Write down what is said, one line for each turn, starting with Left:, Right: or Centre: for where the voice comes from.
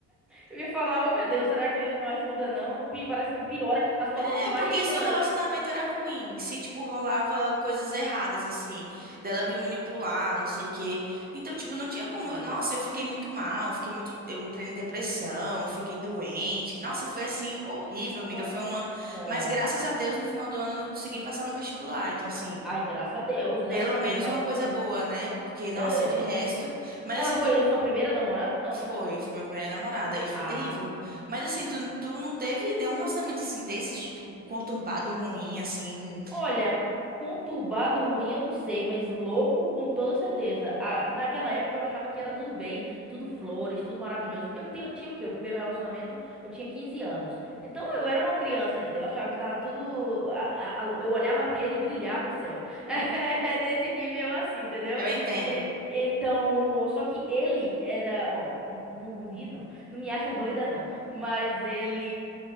Centre: eu ia falar, oh meu Deus, será que não ajuda não? Pi- Parece que piora, a situação
Right: É
Centre: só vai
Right: porque
Centre: piorando.
Right: se o relacionamento era ruim, se, tipo, rolava coisas erradas, assim, dela me manipular, não sei o quê. Então, tipo,
Centre: Gente,
Right: não tinha como. Nossa, eu fiquei muito mal, fiquei muito. Eu entrei em depressão, fiquei doente. Nossa, foi assim, horrível,
Centre: nossa.
Right: amiga. Foi um ano. Mas graças a Deus, no final do ano, eu consegui passar no vestibular. Então, assim,
Centre: Ai, graças a Deus, né?
Right: pelo
Centre: Porque
Right: menos
Centre: pelo
Right: uma
Centre: amor
Right: coisa
Centre: de Deus,
Right: boa,
Centre: né?
Right: né? Porque, nossa,
Centre: É,
Right: de resto. Mas,
Centre: Ela
Right: assim,
Centre: foi
Right: tu-
Centre: sua primeira namorada, não,
Right: foi,
Centre: né?
Right: foi minha primeira namorada e foi
Centre: Ah.
Right: terrível. Mas assim, tu, tu não teve nenhum relacionamento assim desses, tipo, conturbado, ruim, assim.
Centre: Olha, conturbado ruim eu não sei, mas louco com toda certeza. Ah, naquela época eu achava que era tudo bem, tudo flores, tudo maravilhoso, porque eu tenho, tinha o quê? O primeiro relacionamento eu tinha 15 anos. Então eu era uma criança ainda, eu achava que tava tudo. a- a- a- eu olhava pra ele e brilhava o céu. <laughs> É nesse nível assim, entendeu?
Right: Eu entendo.
Centre: E- Então, só que ele era. Ó, n- n- não ri não. Não me acha doida não. Mas ele